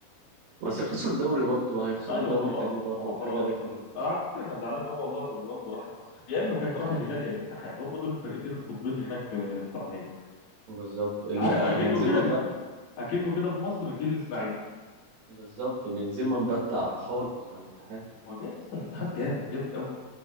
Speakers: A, on the right; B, on the left.
A: بس خسروا الدوري برضه وهيخسروا
B: ايوه
A: الدوري
B: خلاص
A: تاني برضه
B: ما هو
A: بحاجة
B: خلاص
A: رخمة
B: خسرت
A: أوي.
B: أنا على فكره انا زعلان قوي والله ان رونالدو راح النصر يا اما كان راح الهلال يا الاتحاد هم دول الفرقتين القطبين هناك في السعوديه
A: بالظبط ال-
B: عارف
A: آه،
B: اكنه
A: بنزيما
B: كده
A: مبدع
B: اكنه كده في مصر جه الاسماعيلي
A: بالظبط بنزيما مبدع خالص مع الاتحاد
B: ما جاي يا اسطى الاتحاد جامد جامد قوي